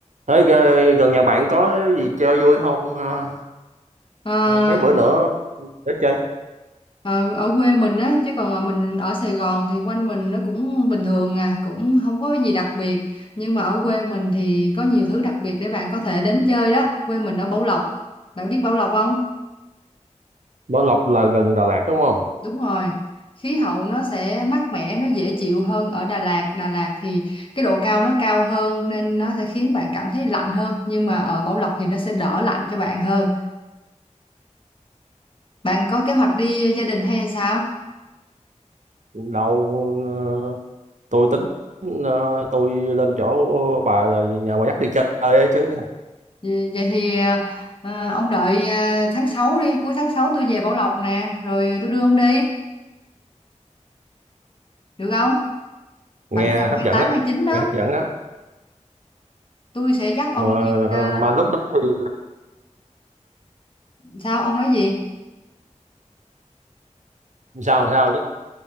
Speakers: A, on the right; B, on the left.
A: Thế g- gần nhà bạn có gì chơi vui không? Ờ,
B: Ờ,
A: ờ, mấy bữa nữa để chơi.
B: ờ, ở quê mình á chứ còn ờ, mình ở Sài Gòn thì quanh mình nó cũng bình thường à cũng không có gì đặc biệt nhưng mà ở quê mình thì có nhiều thứ đặc biệt để bạn có thể đến chơi đó quê mình ở Bảo Lộc bạn biết Bảo Lộc không
A: Bảo Lộc là gần Đà Lạt đúng không?
B: đúng rồi khí hậu nó sẽ mát mẻ nó dễ chịu hơn ở Đà Lạt Đà Lạt thì cái độ cao nó cao hơn nên nó sẽ khiến bạn cảm thấy lạnh hơn nhưng mà ở Bảo Lộc thì nó sẽ đỡ lạnh cho bạn hơn bạn có kế hoạch đi gia đình hay sao
A: Đâu ờ, tôi tính ờ, tôi lên chỗ bà rồi nhà bà dắt đi chơi ấy chứ
B: Vậy vậy thì ờ, ông đợi ờ, tháng 6 đi, cuối tháng 6 tôi về Bảo Lộc nè, rồi tôi đưa ông đi, được không?
A: nghe
B: Khoảng tầm
A: hấp
B: 28
A: dẫn á,
B: chín đó,
A: nghe hấp dẫn á.
B: tôi sẽ dắt ông
A: Mà
B: đi ra.
A: ờ, mà lúc đó thì
B: Sao ông nói gì?
A: sao sao dắt,